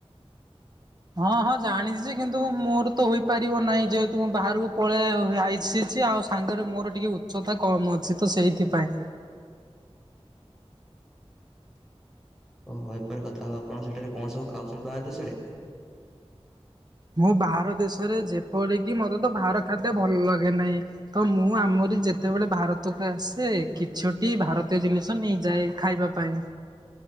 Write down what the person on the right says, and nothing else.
ହଁ ହଁ ଜାଣିଛିଛି କିନ୍ତୁ ମୋର ତ ହେପାରିବ ନାହିଁ ଯେହେତୁ ମୁଁ ବାହାରକୁ ପଳେଇ ଆଇସିଛି ଆଉ ସାଙ୍ଗରେ ମୋର ଟିକେ ଉଚ୍ଚତା କମ ଅଛି ତ ସେଇଥିପାଇଁ।
ମୁଁ ବାହାର ଦେଶରେ ଯେପରିକି ମତେ ତ ବାହାର ଖାଦ୍ୟ ଭଲ ଲାଗେ ନାହିଁ। ତ ମୁଁ ଆମରି ଯେତେବେଳେ ଭାରତକୁ ଆସେ କିଛଟି ଭାରତୀୟ ଜିନିଷ ନେଇଯାଏ। ଖାଇବା ପାଇଁ।